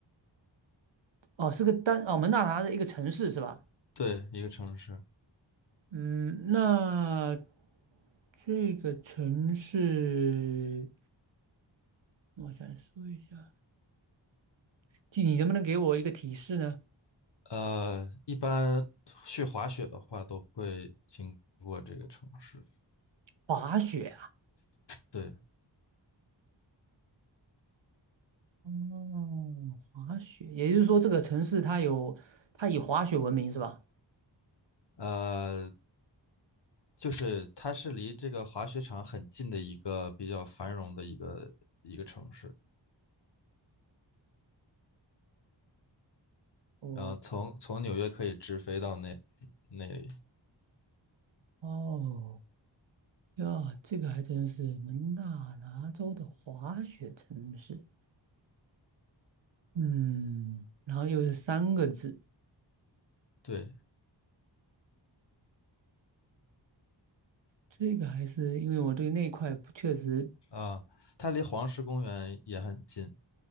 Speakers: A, on the right; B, on the left.
A: 哦，是个单，哦，蒙大拿的一个城市是吧？
B: 对，一个城市。
A: 嗯，那这个城市，我想说一下，就你能不能给我一个提示呢？
B: 呃，一般去滑雪的话都会经过这个城市。
A: 滑雪
B: 对，
A: 哦，滑雪，也就是说这个城市它有它以滑雪闻名是吧？
B: 呃，就是它是离这个滑雪场很近的一个比较繁荣的一个一个城市。
A: 哦
B: 然后从从纽约可以直飞到那那里。
A: 哦呀，这个还真是蒙大拿州的滑雪城市。嗯，然后又是三个字，
B: 对，
A: 这个还是因为我对那块不确实
B: 啊、它离黄石公园也很近。